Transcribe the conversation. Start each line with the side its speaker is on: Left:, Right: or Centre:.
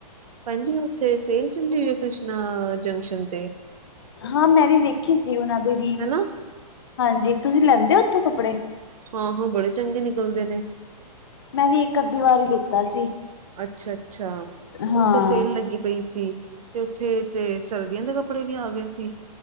Right: ਭੈਣ ਜੀ ਉੱਥੇ ਸੇਲ ਚੱਲੀ ਹੋਈ ਹੈ। ਕ੍ਰਿਸ਼ਨਾ ਜੰਕਸ਼ਨ ਤੇ,
Left: ਹਾਂ ਮੈਂ ਵੀ ਵੇਖੀ ਸੀ ਉਹਨਾਂ ਦੀ ਰੀਲ,
Right: ਹਨਾ
Left: ਹਾਂਜੀ ਤੁਸੀਂ ਲੈਂਦੇ ਹੋ ਉੱਥੋਂ ਕੱਪੜੇ।
Right: ਹਾਂ, ਹਾਂ ਬੜੇ ਚੰਗੇ ਨਿਕਲਦੇ ਨੇ,
Left: ਮੈਂ ਵੀ, ਇੱਕ ਅੱਧੀ ਵਾਰ ਈ ਲਿੱਤਾ ਸੀ।
Right: ਅੱਛਾ ਅੱਛਾ,
Left: ਹਾਂ।
Right: ਉੱਥੇ ਸੇਲ ਲੱਗੀ ਪਈ ਸੀ। ਤੇ ਉੱਥੇ ਤੇ ਸਰਦੀਆਂ ਦੇ ਕੱਪੜੇ ਵੀ ਆ ਗਏ ਸੀ।